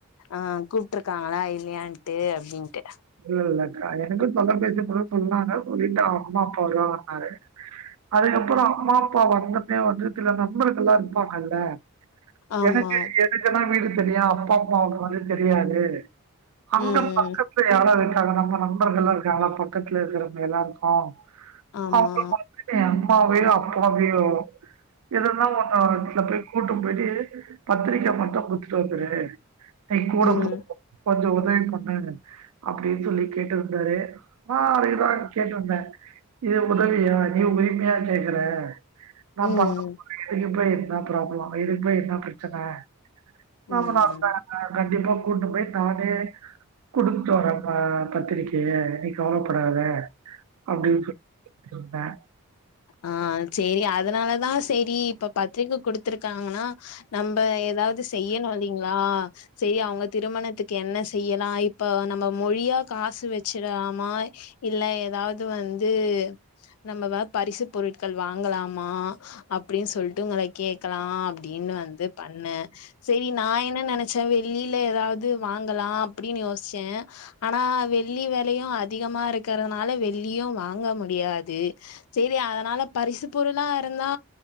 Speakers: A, on the left (about 80°); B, on the right (about 85°).
A: ஆ கூப்பிட்டுருக்காங்களா இல்லையான்ட்டு அப்பிடின்ட்டு
B: இல்ல இல்லக்கா எனக்கு தொலைபேசி மூல சொன்னாங்க சொல்லிட்டு அவ அம்மா அப்பா வருவாங்கன்னாரு அதுக்கப்பற அம்மா அப்பா வந்துட்டு வந்து சில நண்பர்கள்லா இருப்பாங்கல்ல
A: ஆமா
B: எனக்கு எதுக்கெல்லா இருக் செரியா அப்பாம்மாக்கு வந்து தெரியாது அங்க
A: ம்
B: பக்கத்
A: ம்
B: யாராரு இருக்காங்க நம்ம நண்பர்கள்லா இருக்காங்களா பக்கத்துல இருக்கிறவங்க எல்லாருக்கு
A: ஆமா
B: <unintelligible> ம்மாவையோ அப்பாவையோ இதெல்லா ஒன் ஆஹ் <unintelligible> போய் கூட்டு போய்ட்டு பத்திரிக்க மட்டு குத்துட்டு வந்துரு நீ கூட
A: ம்
B: போ <inaudible> கொஞ்ச <inaudible> தவி பண்ணுன்னு அப்பிடின்னு சொல்லி கேட்டுருந்தாரு நா அதேதா கேட்டுருந்தே இது உதவியா நீ உரிமையா கேக்குற நா
A: ம்
B: பக்கம் <unintelligible> போய் என்ன ப்ராப்ள எதுக்குமே என்ன பிரச்சன <unintelligible>
A: ம் ம்
B: நா கண்டிப்பா கொண்டு போய் தானே குடுத்ட்டு வரே அஹ் பத்திரிக்கய நீ கவலப்படாத அப்பிடின் சொல் சொல்றே
A: ஆஹ் சரி அதனாலதா சரி இப்ப பத்திரிகை குடுத்துருக்காங்கன்னா நம்ப அதாவது செய்யணு இல்லிங்களா சரி அவங்க திருமணத்துக்கு என்ன செய்யலா இப்ப நம்ம மொய்யா காசு வச்சிடாமா இல்ல ஏதாவது வந்து நம்ம வ பரிசு பொருட்கள் வாங்கலாமா அப்படின்னு சொல்ட்டு உங்கள கேட்கலா அப்டின்னு வந்து பண்ணே சரி நா என்ன நெனைக் ச வெள்ளில ஏதாவது வாங்கலா அப்படின்னு யோசிச்சே ஆனா வெள்ளி வெலயு அதிகமா இருக்கிறதுனால வெள்ளியு வாங்க முடியாது சரி அதனால பரிசு பொருளா இருந்தா